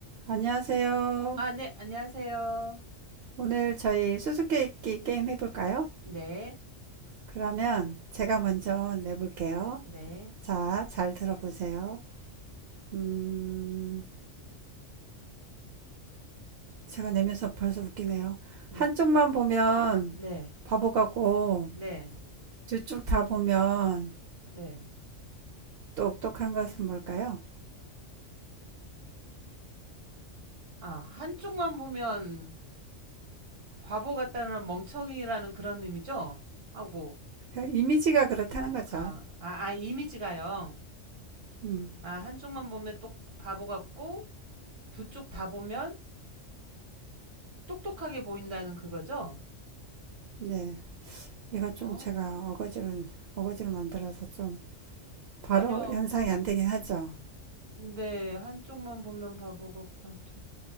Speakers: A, on the right; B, on the right.
A: 안녕하세요.
B: 아, 네, 안녕하세요.
A: 오늘 저희 수수께끼 게임 해볼까요?
B: 네,
A: 그러면 제가 먼저 내볼게요.
B: 네,
A: 자, 잘 들어보세요. 음, 제가 내면서 벌써 웃기네요.
B: 네,
A: 한쪽만 보면
B: 네,
A: 바보 같고,
B: 네,
A: 두 쪽 다 보면
B: 네.
A: 똑똑한 것은 뭘까요?
B: 아, 한쪽만 보면 바보 같다는 멍청이라는 그런 의미죠? 하고,
A: 그냥 이미지가 그렇다는 거죠.
B: 아, 아, 아, 이미지가요.
A: 음,
B: 아, 한쪽만 보면 똑 바보 같고, 두 쪽 다 보면 똑똑하게 보인다는 그거죠?
A: 네. 이거 좀
B: 어?
A: 제가 어거지로, 어거지로 만들어서 좀 바로
B: 아니요.
A: 연상이 안 되긴 하죠.
B: 네, 한쪽만 보면 바보 같고, 두,